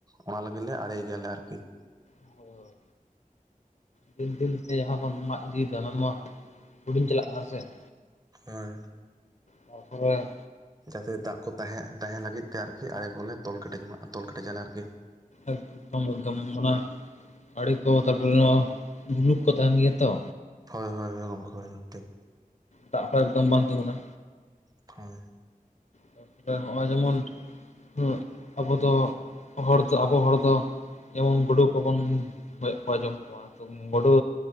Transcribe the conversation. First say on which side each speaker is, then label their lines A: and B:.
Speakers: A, on the right; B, on the left.
A: ᱚᱱᱟ ᱞᱟᱹᱜᱤᱫ ᱞᱮ ᱟᱲᱮᱭ ᱜᱮᱭᱟᱞᱮ ᱟᱨᱠᱤ ᱾
B: ᱦᱳᱭ ᱦᱳᱭ ᱫᱤᱱ, ᱫᱤᱱ ᱛᱮ ᱡᱟᱦᱟᱸ ᱵᱚᱱ ᱢᱟᱜ ᱤᱫᱤᱭ ᱠᱟᱜᱼᱟ, ᱚᱱᱟ ᱢᱟᱜ ᱦᱩᱰᱤᱧ ᱪᱟᱞᱟᱜ ᱠᱟᱱᱟ ᱥᱮ ᱾
A: ᱦᱳᱭ ᱾
B: ᱛᱟᱯᱚᱨᱮ
A: ᱡᱟᱛᱮ ᱫᱟᱜ ᱠᱚ ᱛᱟᱦᱮᱸ ᱛᱟᱦᱮᱸ ᱞᱟᱹᱜᱤᱫ ᱛᱮ ᱟᱨᱠᱤ ᱟᱲᱮ ᱠᱚᱞᱮ ᱛᱚᱞ ᱠᱮᱴᱮᱡ ᱢᱟ ᱛᱚᱞ ᱠᱮᱴᱮᱡ ᱟᱞᱮ ᱟᱨᱠᱤ ᱾
B: ᱮᱠᱫᱚᱢ ᱮᱠᱫᱚᱢ ᱚᱱᱟ ᱟᱲᱮ ᱠᱚ ᱛᱟᱨᱯᱚᱨᱮ ᱱᱚᱣᱟ ᱵᱷᱩᱞᱩᱠ ᱠᱚ ᱛᱟᱦᱮᱱ ᱜᱮᱭᱟ ᱛᱚ।
A: ᱦᱳᱭ ᱦᱳᱭ ᱚᱱᱠᱟ ᱜᱮ ᱴᱷᱤᱠ
B: ᱫᱟᱜ ᱠᱚ ᱮᱠᱫᱚᱢ ᱵᱟᱝ ᱛᱤᱸᱜᱩᱱᱟ।
A: ᱦᱳᱭ
B: ᱛᱟᱨᱯᱚᱨᱮ ᱱᱚᱜᱼᱚᱭ ᱡᱮᱢᱚᱱ ᱩᱸᱜ ᱟᱵᱚ ᱫᱚ ᱦᱚᱲ ᱫᱚ ᱟᱵᱚ ᱦᱚᱲ ᱫᱚ ᱡᱮᱢᱚᱱ ᱜᱩᱰᱩ ᱠᱚᱵᱚᱱ ᱜᱚᱡ ᱠᱚᱣᱟ ᱡᱚᱢ ᱠᱚᱣᱟ ᱜᱩᱰᱩ